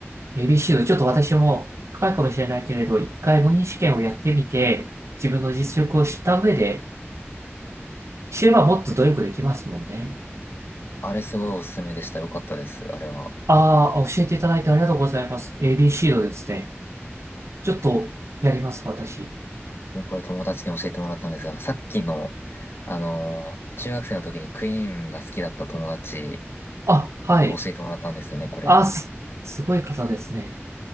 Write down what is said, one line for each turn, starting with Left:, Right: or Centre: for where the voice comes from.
Right: ABC のちょっと私も高いかもしれないけれど、一回模擬試験をやってみて、自分の実力を知った上で、知ればもっと努力できますもんね。
Left: あれすごいおすすめでした。よかったです。あれは。
Right: ああ、教えていただいてありがとうございます。ABC のですね。ちょっとやります、私。
Left: もうこれ友達に教えてもらったんですが、さっきの、あのー、中学生の時にクイーンが好きだった友達
Right: あ、はい。
Left: に教えてもらったんですよね、これ。
Right: あ、す、すごい方ですね。